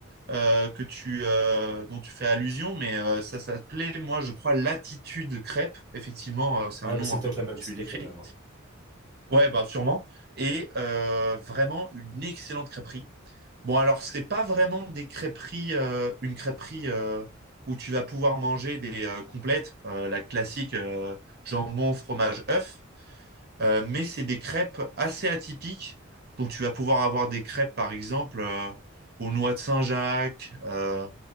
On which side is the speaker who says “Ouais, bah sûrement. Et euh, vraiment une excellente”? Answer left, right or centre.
Right